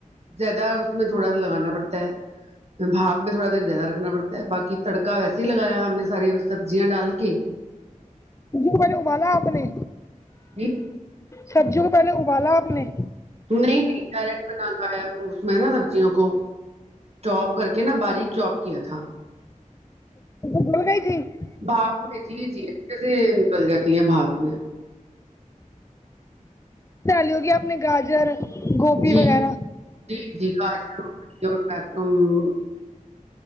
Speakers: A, on the right (about 50°); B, on the left (about 20°).
A: زیادہ اس میں تھوڑا لگانا پڑتا ہے بھانپ میں تھوڑا دیر زیادہ رکھنا پڑتا ہے باقی تڑکا ویسے ہی لگایا ہم نے ساری سبزیاں ڈال کے
B: <unintelligible> بال آپ نے
A: جی
B: سبزیوں کو پہلے ابالا آپ نے
A: نہیں نہیں کیرٹ بنا کے آیا ہ اس میں نا سبزیوں کو چوپ کر کے نا باریک چاپ کیا تھا
B: بول گئی تھی <unintelligible>
A: بھاپ میں جی جی سے نکل جاتی ہیں بھاپ میں
B: ڈالی ہوگی اپنے گاجر گوبھی
A: جی
B: وغیرہ
A: جی جی <unintelligible>